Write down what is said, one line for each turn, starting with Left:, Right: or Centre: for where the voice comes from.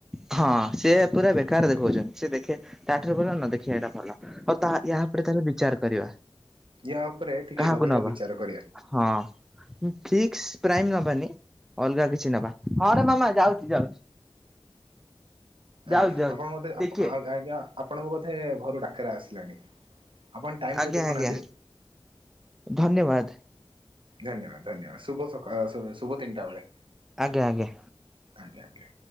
Centre: ହଁ ସିଏ ପୁରା ବେକାର ଦେଖଉଚନ୍ତି ସେ ଦେଖେ ତା ଠାରୁ ଭଲ ନ ଦେଖିବା ଟା ଭଲ। ହଉ ତାହା ୟାହା ଉପରେ କେବେ ବିଚାର କରିବା।
Right: ଏହା ଉପରେ ଟିକେ
Centre: କାହାକୁ
Right: ଗଭୀର
Centre: ନବା
Right: ବିଚାର କରି
Centre: ହଁ ଫିକ୍ସ ପ୍ରାଇମ ନବାନି ଅଲଗା କିଛି କିଛି ନବା। ହଁରେ ମାମା ଯାଉଛି ଯାଉଛି ଯାଉଛି
Right: ଆଜ୍ଞା
Centre: ଯାଉଛି
Right: ଆପଣ ବୋଧେ
Centre: ଟିକେ
Right: ଆଜ୍ଞା ଆପଣଙ୍କୁ ବୋଧେ ଘରୁ ଡାକରା ଆସିଲାଣି? ଆପଣ ଟାଇମ
Centre: ଆଜ୍ଞା
Right: ଟିକ ଦେଖୁନାହାନ୍ତି।
Centre: ଆଜ୍ଞା ଧନ୍ୟବାଦ
Right: ଧନ୍ୟବାଦ ଧନ୍ୟବାଦ ଶୁଭକା ଶୁଭ ତିନଟା ବେଳେ
Centre: ଆଜ୍ଞା ଆଜ୍ଞା।
Right: ଆଜ୍ଞା ଆଜ୍ଞା।